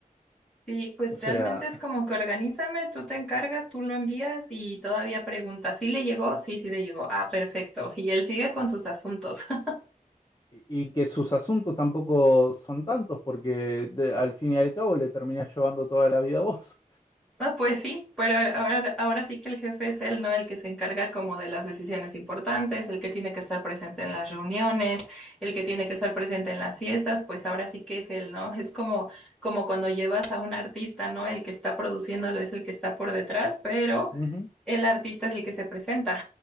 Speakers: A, in the centre; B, on the left.
A: Sí, pues
B: O sea.
A: realmente es como que organízame, tú te encargas, tú lo envías y todavía pregunta, ¿sí le llegó? Sí, sí le llegó. Ah, perfecto. Y él sigue con sus asuntos. <laughs>
B: Y y que sus asuntos tampoco son tantos, porque de- al fin y al cabo le terminás llevando toda la vida a vos.
A: Ah, pues sí, pero ahora, ahora sí que el jefe es él, ¿no? El que se encarga como de las decisiones importantes, el que tiene que estar presente en las reuniones, el que tiene que estar presente en las fiestas, pues ahora sí que es él, ¿no? Es como, como cuando llevas a un artista, ¿no? El que está produciéndolo es el que está por detrás, pero
B: Ujú.
A: el artista es el que se presenta.